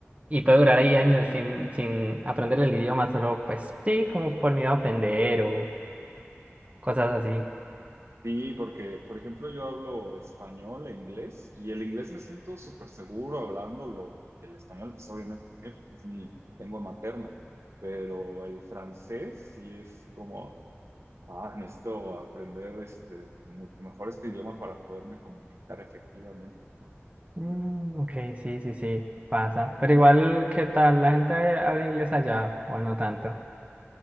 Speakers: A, on the right; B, on the right.
A: Y puede durar ahí años
B: Sí.
A: sin, sin aprender el idioma, solo pues sí, como por miedo a aprender o cosas así.
B: Sí, porque, por ejemplo, yo hablo español e inglés y el inglés me siento súper seguro hablándolo. Y el español, pues obviamente también, porque es mi lengua materna. Pero el francés sí es como, ah, necesito aprender este, mucho mejor este idioma para poderme comunicar efectivamente, ¿no?
A: Mm, ok, sí, sí, sí, pasa. Pero igual, ¿qué tal? ¿La gente habla inglés allá o no tanto?